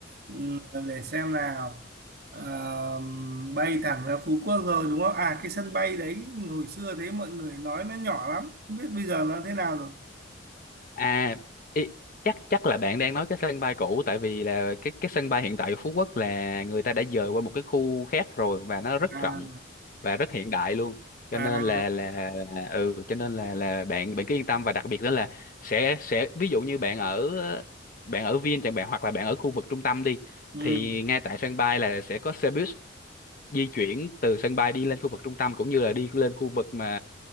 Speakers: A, on the right; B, on the left.
A: ừm, để xem nào Ờ, bay thẳng ra Phú Quốc rồi đúng không à cái sân bay đấy hồi xưa thế mọi người nói nó nhỏ lắm không biết bây giờ nó thế nào rồi
B: à ý, chắc chắc là bạn đang nói cái sân bay cũ tại vì là cái cái sân bay hiện tại của Phú Quốc là người ta đã dời qua một cái khu khác rồi và nó rất
A: à
B: rộng và rất hiện đại luôn cho
A: à
B: nên là là ừ cho nên là là bạn bạn cứ yên tâm và đặc biệt đó là sẽ sẽ ví dụ như bạn ở bạn ở Vin chẳng bạn hoặc là bạn ở khu vực trung tâm đi
A: ừm,
B: thì ngay tại sân bay là sẽ có xe buýt di chuyển từ sân bay đi lên khu vực trung tâm cũng như là đi lên khu vực mà